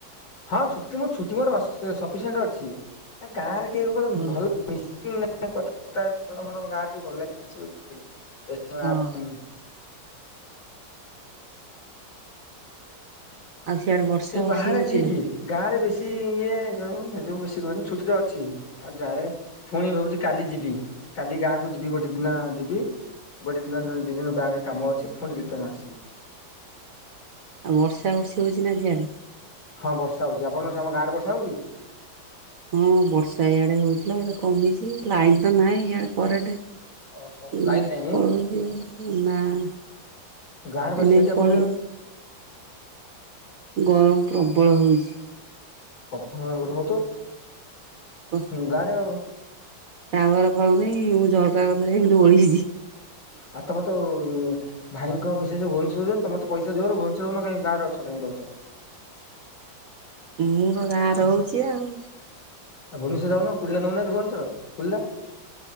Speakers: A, on the left; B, on the right.
A: ହଁ ଛୁଟିତ ମୋର ଛୁଟି ଅଶି ସ ସପିସେଣ୍ତେ ଅଛି ଏ ଗାଁରେ ଟିକେ କଣ କଇଲୁ
B: ହଁ।
A: ଭଲ ମିସିଙ୍ଗ ନାହିଁ କଥାବାର୍ତାର <unintelligible> ଗାଁରେ ଭଲ ଲାଗେନି
B: ହଁ।
A: <unintelligible>
B: ଆଉ ସିଆଡ଼େ ବର୍ଷା
A: ଏଇ
B: ବର୍ଷି
A: ବାହାରେ
B: ହଉଛି
A: ଠିକି।
B: ନା
A: ଗାଁ ରେ ବେଶୀ ଇଏ ସବୁ ସେଥି ବେଶୀ ରୁହେନା ଛୁଟି ତ ଅଛି ଆଉ ଯାଏ। ପୁଣି ଭାବୁଛି କାଲି ଯିବି କାଲି ଗାଁକୁ ଯିବି ଗୋଟେ ଦିନ ଯିବି। ଗୋଟେ ଦିନ ଦି ଦିନ ବ୍ୟାଙ୍କରେ କାମ ଅଛି ପୁଣି ରିଟର୍ନ ଆସିବି।
B: ଆଉ ବର୍ଷା ବର୍ଷି ହଉଛି ନା ସିଆଡ଼େ?
A: ହଁ ବର୍ଷା ହଉଛି ଆପଣ ସାମ ଆମ ଗାଁ ରେ ବର୍ଷା ହଉଛି?
B: ହଁ ବର୍ଷା ଇଆଡ଼େ ହଉଥିଲା ଏବେ କମିଛି ଲାଇନ୍ ତ ନାହିଁ ଇଆଡ଼େ କରେଣ୍ଟ।
A: ଓହୋ
B: ଉଁ
A: ଲାଇନ ନାହିଁ
B: ପଳୋଉଚି ଆଉ ଉଁ ମାଁ ଏଇନେ
A: ଗାଁରେ ବା ସେଇଟା
B: ପଳେଇବେ
A: ପ୍ରୋବ୍ଲେମ
B: ଗରମ ପ୍ରବଳ ହେଉଛି।
A: <unintelligible> ତ
B: ଓ
A: ଗାଁରେ ଆଉ।
B: ଟାୱାର ପାଉନି ମୁଁ ଝରକା କଥିରେ ଏମିତି ଓଳିଛି।
A: ଆଉ ତମେ ତ ଭାଇଙ୍କ ମିସେସ୍ ଭୁବନେଶ୍ୱର ରଉଛନ୍ତି ତମେ ତ ପଇସା ଜୋରେ ଭୁବନେଶ୍ୱର ରଉନ କାହିଁ ଗାଁରେ ଅଛ କାହିଁ ରହୁଛ।
B: ମୁଁ ତ ଗାଁ ରହୁଛି ଆଉ।
A: ଆଉ ଭୁବନେଶ୍ୱର ଯାଉନ କୁଲିଦା ନଉନାହାନ୍ତି ଭୁବନେଶ୍ୱର କୁଲିଦା